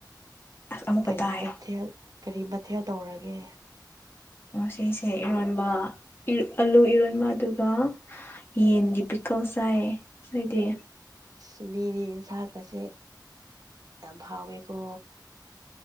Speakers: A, on the left (about 30°); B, on the right (about 50°).
A: ꯑꯁ ꯑꯃꯨꯛꯀ
B: ꯀꯔꯤ
A: ꯇꯥꯏ
B: ꯃꯊꯦꯜ ꯀꯔꯤ ꯃꯊꯦꯜ ꯇꯧꯔꯒꯦ
A: ꯁꯤꯁꯦ ꯏꯔꯣꯟꯕ ꯑꯂꯨ ꯏꯔꯣꯟꯕ ꯑꯗꯨꯒ ꯌꯦꯟꯒꯤ ꯄꯤꯀꯜ ꯆꯥꯏ ꯍꯥꯏꯗꯤ
B: ꯑ ꯃꯤꯗꯤ ꯌꯦꯟꯁꯥꯡꯀꯁꯦ ꯌꯥꯝ ꯍꯥꯎꯋꯦꯀꯣ